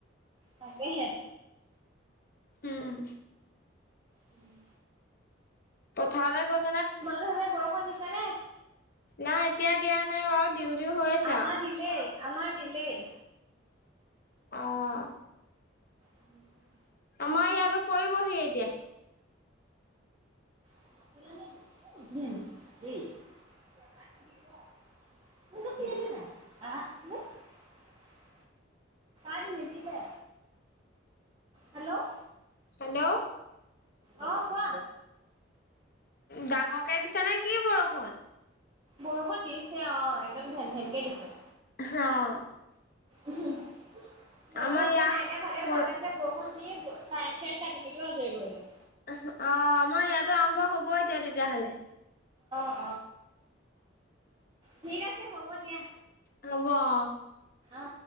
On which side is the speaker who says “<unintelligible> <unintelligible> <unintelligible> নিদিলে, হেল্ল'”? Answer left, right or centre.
Right